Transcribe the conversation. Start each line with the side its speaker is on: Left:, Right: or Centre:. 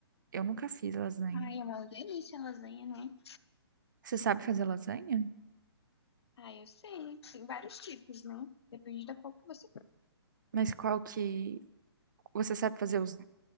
Right: Eu nunca fiz lasanha.
Left: Ai, é uma delícia a lasanha, né?
Right: Você sabe fazer lasanha?
Left: ah eu sei, tem vários tipos, né? Depende da qual que você.
Right: Mas qual que. Você sabe fazer os